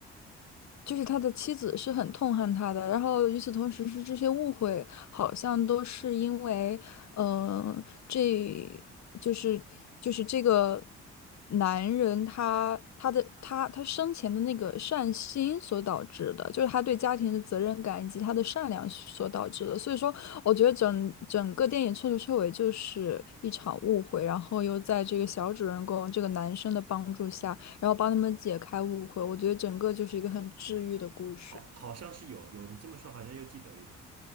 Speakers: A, on the left; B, on the right.
A: 就是他的妻子是很痛恨他的，然后与此同时是这些误会，好像都是因为，嗯，这就是就是这个男人他他的他他生前的那个善心所导致的，就是他对家庭的责任感以及他的善良所导致的。所以说，我觉得整整个电影彻头彻尾就是一场误会，然后又在这个小主人公这个男生的帮助下。然后帮他们解开误会。我觉得整个就是一个很治愈的故事。
B: 好，好像是有有，你这么说好像又记得一点。